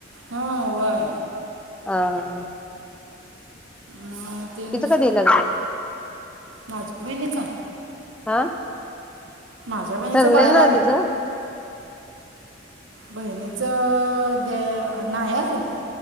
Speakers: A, on the right; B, in the centre.
A: ह वय
B: ह ह
A: म ते दुस,
B: कधी लग्न?
A: माझ्या बहिणीचा?
B: हा
A: माझ्या बहिणीचं
B: ठरलेलं
A: बगायला
B: ना
A: लाग
B: तिचं?
A: बहिणीच दया नाहि अजून